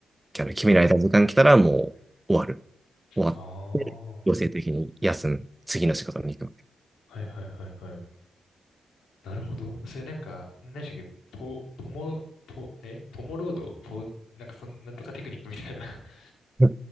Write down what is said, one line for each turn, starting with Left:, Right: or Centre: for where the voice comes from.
Right: あの決められた時間来たらもう終わる。終わ
Left: ああ、は
Right: 強制的に休む。次の仕事に行くわけ。
Left: いはいはいはい。なるほど。それなんか、何でしたっけ、ポ、ポモ、ポ、えポモロードポ、なんかそん、なんとかテクニックみたいな <laughs>
Right: ど